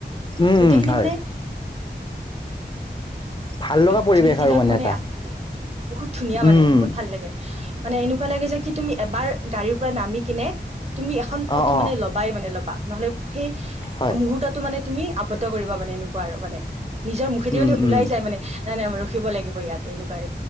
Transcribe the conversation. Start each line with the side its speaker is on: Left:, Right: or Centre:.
Left: উম-উম,
Right: গোটেইখিনি
Left: হয়।
Right: মানে
Left: ভাল
Right: <inaudible>
Left: লগা পৰিৱেশ
Right: চিজিলত
Left: আৰু
Right: মানে
Left: এটা
Right: আছে বহুত ধুনীয়া মানে
Left: উম
Right: বহুত ভাল লাগে। মানে এনেকুৱা লাগে যে কি তুমি এবাৰ গাড়ীৰ পৰা নামি কিনে তুমি এখন ফটো
Left: অ অ
Right: মানে ল'বাই মানে ল'বা। নহ'লে সেই
Left: হয়
Right: মুহূৰ্তটো মানে তুমি আবদ্ধ কৰিব মানে এনেকুৱা আৰু মানে নিজৰ মুখেদি
Left: উম
Right: মানে ওলাই
Left: উম
Right: যায় মানে ম নাই ৰখিব লাগিব ইয়াত এনেকুৱাই